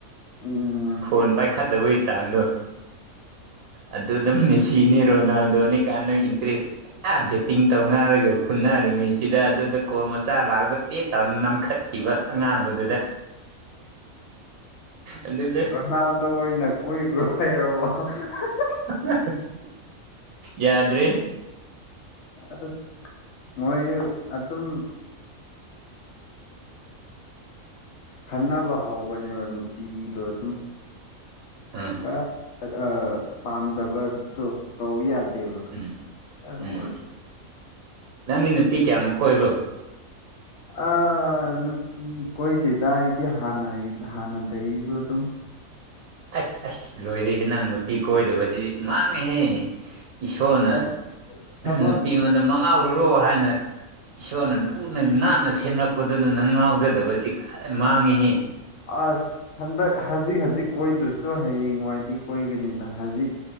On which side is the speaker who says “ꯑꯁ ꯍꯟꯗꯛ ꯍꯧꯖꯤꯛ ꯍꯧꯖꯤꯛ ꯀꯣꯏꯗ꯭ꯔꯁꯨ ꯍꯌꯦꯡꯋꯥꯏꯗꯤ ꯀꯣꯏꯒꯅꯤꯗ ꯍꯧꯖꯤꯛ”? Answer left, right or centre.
Left